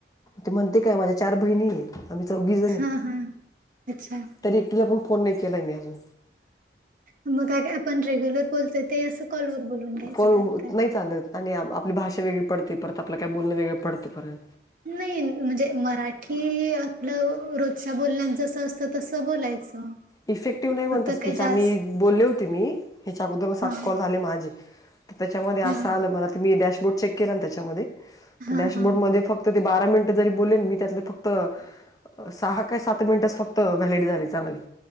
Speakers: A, on the left; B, on the right.
A: ते म्हणते काय माझ्या चार बहिणी आम्ही चौघी जण आहे,
B: हा हा अच्छा
A: तरी एकटीला पण फोन नाही केला मी अजून.
B: मग काय काय आपण रेग्युलर बोलतोय ते असं कॉलवर बोलून घ्यायचं
A: कोण
B: खातखात.
A: नाही चालत आणि आपली भाषा वेगळी पडते परत आपल्याला काय बोलणं वेगळं पडतं परत.
B: नाही म्हणजे मरा ठी आपलं रोजच्या बोलण्यात जसं असतं तसं बोलायचं.
A: इफेक्टिव्ह नाही म्हणत,
B: फक्त
A: स्पीच
B: काही जास्त
A: आम्ही बोलले होते मी, ह्याच्या अगोदर म सात
B: हा
A: कॉल झाले माझे. तर त्याच्यामध्ये असं
B: हा
A: आलं मला, ते मी डॅशबोर्ड चेक केला ना त्याच्यामध्ये,
B: हा
A: डॅशबोर्ड
B: हा
A: मध्ये फक्. त ते बारा मिनटं जरी बोलले ना मी त्यातलं फक्त अ सहा का सात मिनिटच फक्त व्हॅलिड झाली चांगली.